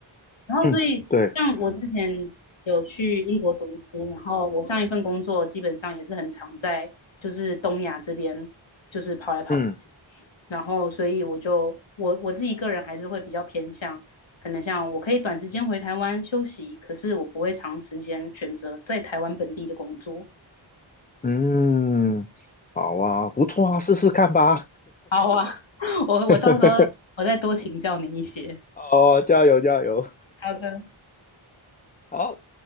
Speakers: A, on the left (about 70°); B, on the left (about 20°).
A: 然后所以像我之前
B: 嗯，对，
A: 有去英国读书，然后我上一份工作基本上也是很常在就是东亚这边就是跑来跑去，
B: 嗯
A: 然后所以我就我我自己个人还是会比较偏向。可能像我可以短时间回台湾休息，可是我不会长时间选择在台湾本地的工作。
B: 嗯，好啊，不错啊，试试看吧，
A: 好啊，<laughs> 我我到时候我再多请教你一些。
B: <laughs> 哦，加油加油，
A: 好的。
B: 好。